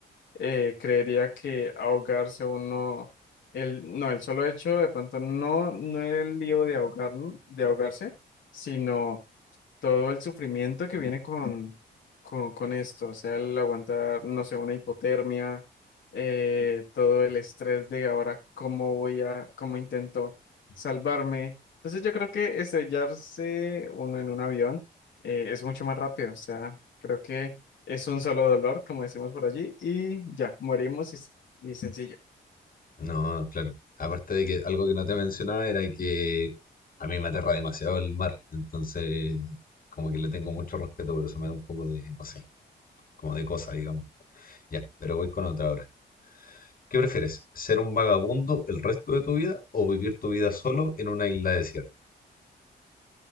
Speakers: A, on the left; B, on the left.
A: eh, creería que ahogarse uno, el, no, el solo hecho de pronto no, no el lío de ahogar, de ahogarse, sino todo el sufrimiento que viene con, con, con esto, o sea, el aguantar, no sé, una hipotermia, eh, todo el estrés de ahora, cómo voy a, cómo intento salvarme. Entonces yo creo que estrellarse uno en un avión eh, es mucho más rápido, o sea, creo que es un solo dolor, como decimos por allí, y ya, morimos y, y sencillo.
B: No, claro. Aparte de que algo que no te mencionaba era que a mí me aterra demasiado el mar. Entonces, como que le tengo mucho respeto, pero eso me da un poco de, no sé, como de cosa, digamos. Ya, pero voy con otra ahora. ¿Qué prefieres? ¿Ser un vagabundo el resto de tu vida o vivir tu vida solo en una isla desierta?